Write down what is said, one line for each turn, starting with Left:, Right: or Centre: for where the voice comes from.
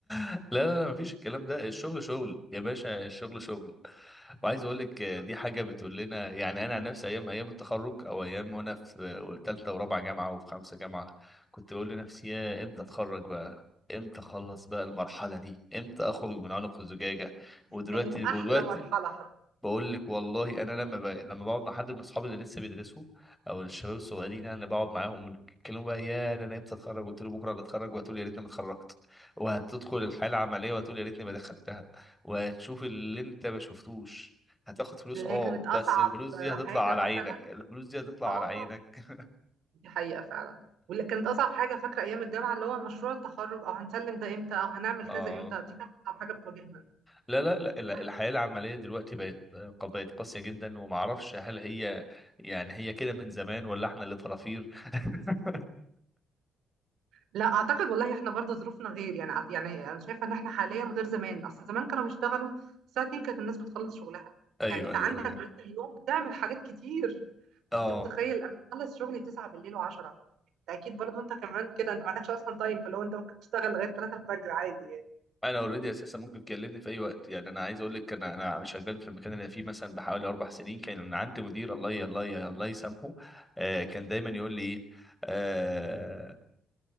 Centre: لا لا لا مفيش الكلام ده الشغل شغل يا باشا الشغل شغل وعايز اقول لك آه،
Right: صح.
Centre: دي حاجه بتقول لنا يعني انا عن نفسي ايام ايام التخرج او ايام وانا في ثالثه ورابعه جامعه وفي خمسه جامعه كنت بقول لنفسي يا امتى اتخرج بقى امتى اخلص بقى المرحله دي امتى اخرج من عنق الزجاجه ودلوقتي
Right: دي كانت احلى
Centre: دلوقتي
Right: مرحله حرفيا
Centre: بقول لك والله انا لما ب... لما بقعد مع حد من اصحابي اللي لسه بيدرسوا او الشباب الصغيرين يعني انا بقعد معاهم ونتكلموا بقى يا ده انا امتى اتخرج قلت له بكره هتخرج وهتقول يا ريتني ما اتخرجت وهتدخل الحاله العمليه وهتقول يا ريتني ما دخلتها وهتشوف اللي انت ما شفتوش هتاخد فلوس
Right: اللي
Centre: اه
Right: هي كانت اصعب
Centre: بس الفلوس دي هتطلع
Right: حاجه
Centre: على
Right: مثلا
Centre: عينك الفلوس دي هتطلع
Right: اه
Centre: على عينك
Right: دي حقيقه فعلا واللي كانت اصعب حاجه فاكره ايام الجامعه اللي هو مشروع التخرج او هنسلم ده امتى او هنعمل
Centre: <laughs> اه
Right: كذا امتى دي كانت اصعب حاجه بتواجهنا
Centre: لا لا
Right: انما
Centre: لا لا،
Right: الواحد-
Centre: الحياة العملية دلوقتي بقت بقت قاسية جدا ومعرفش هل هي يعني هي كده من زمان ولا احنا اللي فرافير <laughs>
Right: لا اعتقد والله احنا برضو ظروفنا غير يعني ع- يعني انا شايفه ان احنا حاليا غير زمان اصل زمان كانوا بيشتغلوا الساعه 2 كانت الناس بتخلص شغلها
Centre: ايوه
Right: يعني انت
Centre: ايوه
Right: عندك
Centre: ايوه
Right: بقيت اليوم بتعمل حاجات كتير
Centre: اه
Right: انت متخيل انا بخلص شغلي 9 بالليل و10 انت اكيد برضو انت كمان كده انت ما عندكش اصلا تايم فلو انت ممكن تشتغل لغايه 3 الفجر عادي يعني
Centre: انا اوريدي اساسا ممكن تكلمني في اي وقت يعني انا عايز اقول لك انا انا شغال في المكان اللي انا فيه مثلا بحوالي اربع سنين كان عندي مدير الله ي- الله ي- الله يسامحه آه كان دايما يقول لي ايه آه